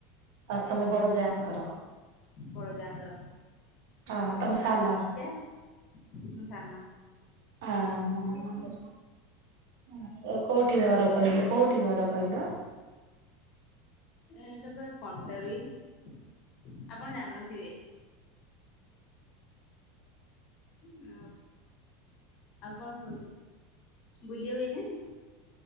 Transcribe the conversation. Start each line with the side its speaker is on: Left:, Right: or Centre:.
Right: ଆଉ ତମ ବଡ଼ଯାଙ୍କର।
Left: ବଡ଼ ଯାଙ୍କର
Right: ହଁ ତମ ସାନ
Left: ଆମେତ ଦିଯା ମୁଁ ସାନ।
Right: ଅଁ ହଁ ହଁ ଆଉ କଉଠି ଘରେ କହିଲି କୋଉଠି ଘର କହିଲ?
Left: ଏ ଏଟାପା କଣ୍ଟାଲି ଆପଣ ଜାଣିନଥିବେ। <unintelligible> ଆଉ କଣ କୁହନ୍ତୁ ବୁଲିବାକୁ ଯାଇଛନ୍ତି?